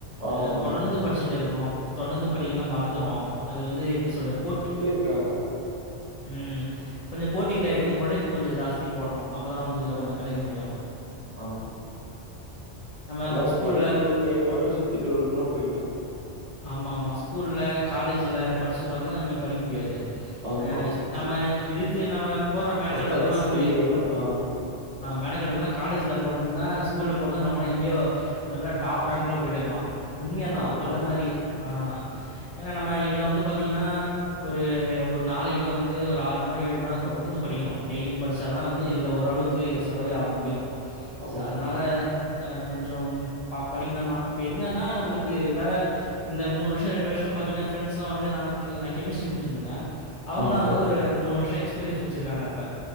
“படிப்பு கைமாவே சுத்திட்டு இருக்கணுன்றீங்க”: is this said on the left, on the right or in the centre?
Right